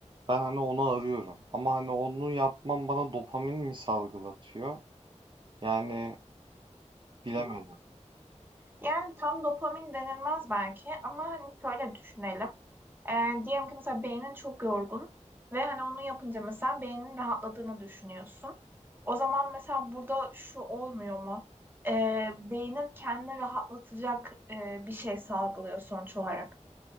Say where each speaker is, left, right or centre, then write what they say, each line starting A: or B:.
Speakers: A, on the right (about 40°); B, on the right (about 15°).
A: Ben hani onu arıyorum. Ama hani onu yapmam bana dopamin mi salgılatıyor? Yani bilemedim.
B: Yani tam dopamin denilmez belki ama hani şöyle düşünelim. Ee, diyelim ki mesela beynin çok yorgun ve hani onu yapınca mesela beynin rahatladığını düşünüyorsun. O zaman mesela burada şu olmuyor mu? Ee, beynin kendini rahatlatacak e, bir şey salgılıyor sonuç olarak,